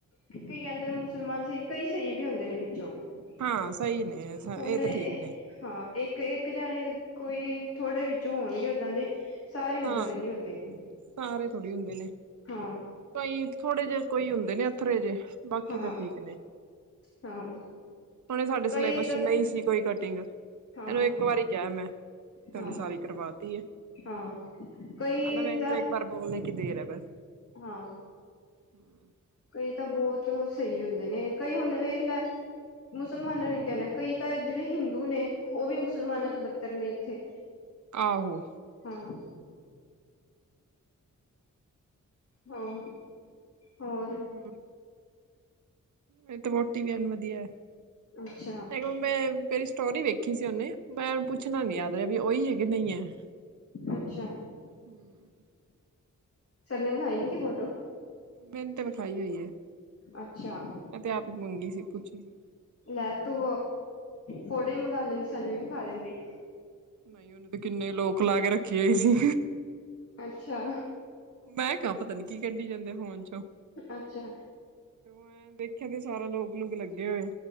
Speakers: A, on the left; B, on the right.
A: ਕਈ ਕਹਿੰਦੇ ਮੁਸ਼ਲਮਾਨ ਸਈ। ਕਈ ਸਹੀ ਵੀ ਹੁੰਦੇ ਨੇ ਵਿੱਚੋਂ। <unintelligible>
B: ਹਾਂ ਸਹੀ ਨੇਂ
A: ਹੁਣ
B: ਇਹ ਤੇ ਠੀਕ ਨੇਂ।
A: ਹਾਂ ਇੱਕ ਇੱਕ ਜਾਣੇਂ ਕੋਈ ਥੋੜੇ ਵਿੱਚੋਂ ਹੋਣਗੇ ਓਦਾਂ ਦੇ ਸਾਰੇ ਓਦਾਂ
B: ਹਾਂ
A: ਦੇ ਨੀਂ ਹੁੰਦੇ
B: ਸਾਰੇ ਥੋੜ੍ਹੀ ਹੁੰਦੇ ਨੇਂ।
A: ਹਾਂ।
B: ਕਈ ਥੋੜੇ ਜਿਹੇ ਕੋਈ ਹੁੰਦੇ ਨੇ ਅਥਰੇ ਜਿਹੇ। ਬਾਕੀ
A: ਹਾਂ
B: ਤਾਂ ਠੀਕ ਨੇ।
A: ਹਾਂ।
B: ਹੁਣ ਏਂ ਸਾਡੇ
A: ਕਈ
B: ਸਿਲੇਬਸ
A: ਏਦਾਂ
B: ਚ
A: ਦੇ
B: ਨਹੀਂ ਸੀ ਕੋਈ ਕਟਿੰਗ, ਇਹਨੂੰ
A: ਹਾਂ ਹਾਂ
B: ਇੱਕ ਵਾਰੀ ਕਿਹਾਂ ਮੈਂ। ਤੇ
A: ਹਾਂ
B: ਉਹਨੇਂ ਸਾਰੀ ਕਰਵਾ ਤੀ ਐ।
A: ਹਾਂ ਕਈ
B: ਆਂਦਾ
A: ਏਦਾਂ
B: ਮੇਰੇ ਕੋ ਇੱਕ ਵਾਰ ਬੋਲਣੇ ਕੀ ਦੇਰ ਹੈਂ ਬਸ।
A: ਹਾਂ।
B: <inaudible>
A: ਕਈ ਤਾਂ ਬਹੁਤ ਸਹੀ ਹੁੰਦੇ ਨੇਂ। ਕਈ ਹੁਣ ਵੇਖ ਲ਼ੈ ਮੁਸਲਮਾਨਾ ਨੂੰ ਕੀ ਕਹਿਣਾ। ਕਈ ਤਾਂ ਜਿਹੜੇ ਹਿੰਦੂ ਨੇਂ ਉਹ ਵੀ ਮੁਜਰਮਾਨਾ ਤੋਂ ਬੱਤਰ ਨੇਂ ਇੱਥੇਂ।
B: ਆਹੋ।
A: ਹਾਂ। ਹਾਂ ਹੋਰ
B: ਹਮ ਇਹ ਤੇ ਰੋਟੀ ਵੀ ਐਨ ਵਧੀਆ
A: ਅੱਛਾ
B: <unintelligible> ਮੇਰੀ ਸਟੋਰੀ ਵੇਖੀ ਸੀ ਉਹਨੇ ਮੈਂ ਪੁੱਛਣਾ ਨੀ ਯਾਦ ਰਿਹਾ ਵੀ ਉਹੀ ਹੈਗੇ ਨਹੀਂ ਹੈ <unintelligible>
A: ਅੱਛਾ
B: ਹਮ
A: ਸਰ ਨੇ ਵਿਖਾਈ ਨਹੀਂ ਕੇ ਫੋਟੋ
B: ਮੈਨੂੰ ਤੇ ਵਿਖਾਈ ਹੋਈ ਹੈ
A: ਅੱਛਾ
B: ਮੈਂ ਤੇ ਆਪ ਹੀ ਮੰਗੀ ਸੀ ਪੁੱਛੀ ਸੀ
A: ਲੈ ਤੂੰ ਫੋਟੇ ਵੀ ਮੰਗਵਾ ਲੈਂਦੀ ਸਾਨੂੰ ਵਿੱਖਾ ਦਿੰਦੀ
B: ਬਈ ਉਹਨੇਂ ਤਾਂ ਕਿੰਨੇਂ ਲੋਕ ਲਾ ਕੇ ਰੱਖੇ ਹੋਏ ਸੀ।
A: ਅੱਛਾ।
B: ਮੈਂ ਕਿਹਾਂ ਪਤਾਂ ਨੀਂ ਕੀ ਕੱਢੀ ਜਾਂਦੇ ਫ਼ੋਨ ਚੋਂ।
A: ਅੱਛਾ
B: ਤੇ ਮੈਂ ਦੇਖਿਆ ਤੇ ਸਾਰਾ ਲੋਕ ਲੁਕ ਲੱਗਿਆ